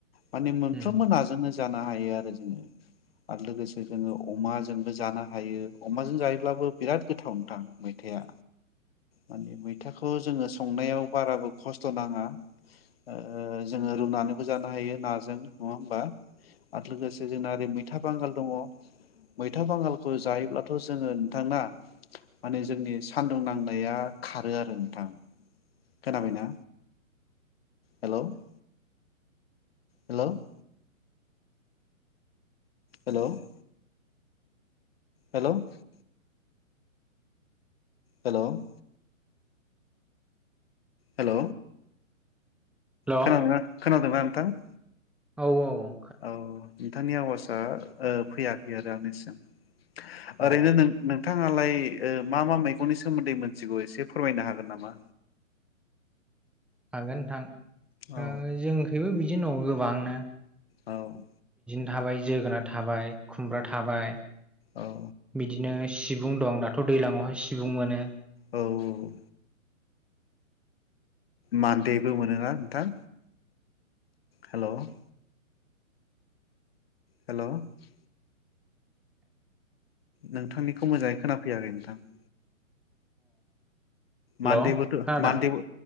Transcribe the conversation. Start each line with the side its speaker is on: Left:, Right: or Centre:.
Left: माने मोनफ्रोमबो
Centre: उम
Left: नाजोंनो जानो हायो आरो जोङो । आरो लोगोसे जोङो अमाजोंबो जानो हायो अमाजों जायोब्लाबो बिराद गोथाव नोंथां मैथा या
Centre: <inaudible>
Left: मानि मैथाखौ जोङो संनायाव बाराबो खस्थ नाङा । ओ जोङो रुनानैबो जानो हायो नाजों नङा होमबा? आरो लोगोसे जोंना ओरै मैथा बांगाल दङ । मैथा बांगालखौ जायोब्लाथ जोङो नोंथां ना माने जोंनि सान्दुं नांनाया खारो आरो नोंथां खोनाबायना? हेल' । हेल' । हेल' । हेल' । हेल' । हेल'
Centre: हेलौ
Left: खोनादोंना खोनादोंना नोंथां?
Centre: औ औ ।
Left: औ नोंथांनि आवाजआ ओ फैयाखै आरो आंनिसिम ।
Centre: अ
Left: ओरैनो नो-नोंथां आलाय ओ मा मा मैगंनि सोमोन्दै मिथिगौ एसे फोरमायनो हागोन नामा?
Centre: हागोन नोंथां
Left: औ
Centre: ओ जोंखैबो बिदिनो दं गोबांनो ।
Left: औ ।
Centre: थाबाय जोगोनार थाबाय खुमब्रा थाबाय
Left: औ
Centre: बिदिनो सिबुं दं दाथ' दैलांआवहाय सिबुं मोनो ।
Left: औ औ । मान्देबो मोनोना नोंथां हेल' । हेल' । नोंथांनिखौ मोजाङै खोनाफैयाखै नोंथां ।
Centre: हेल'
Left: मान्देबोथ'
Centre: खोनादों
Left: मान्देबो